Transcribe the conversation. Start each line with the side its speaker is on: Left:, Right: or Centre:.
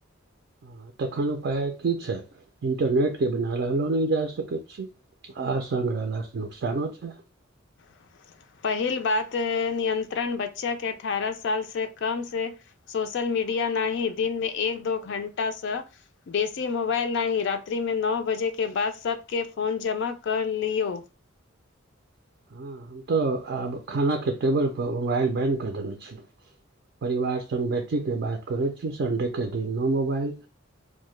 Right: हँ तखन उपाय की छै इन्टरनेटके बिना रहलो नहि जा सकैत छी आ संग्रहालय से नुकसानो छै
Left: <inaudible> पहिल बात नियंत्रण बच्चा के अठारह साल से कम से सोशल मीडिया न दिनमे एक दो घंटा सँ बेसी मोबाइल नहि रात्रि मे नओ बजे के बाद सबके फोन जमा कऽ लियौ
Right: हँ हम तऽ आब खानाके टेबलपर मोबाइल बैन कऽ देने छी परिवार संग बैठी के बात करैत छी संडेके दिनो मोबाइल